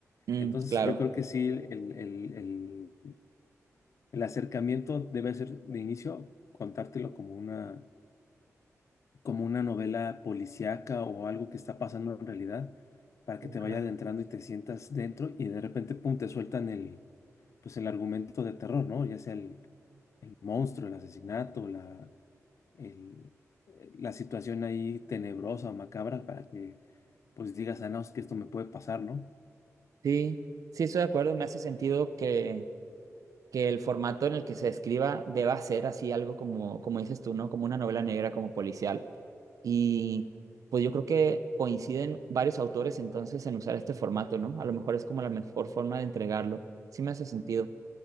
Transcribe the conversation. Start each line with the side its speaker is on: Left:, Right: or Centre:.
Right: Mm,
Left: Entonces,
Right: claro.
Left: yo creo que sí, el, el- el- el acercamiento debe ser de inicio contártelo como una, como una novela policíaca o algo que está pasando en realidad para
Right: Sí,
Left: que te
Right: claro.
Left: vaya adentrando y te sientas dentro y de repente, pum, te sueltan el, pues el argumento de terror, ¿no? Ya sea el, el monstruo, el asesinato, la, el- eh, la situación ahí tenebrosa, macabra, para que pues digas, ah, no, es que esto me puede pasar, ¿no?
Right: Sí, sí estoy de acuerdo, me hace sentido que, que el formato en el que se escriba deba ser así algo como, como dices tú, ¿no? Como una novela negra, como policial. Y pues yo creo que coinciden varios autores entonces en usar este formato, ¿no? A lo mejor es como la mejor forma de entregarlo. Sí me hace sentido.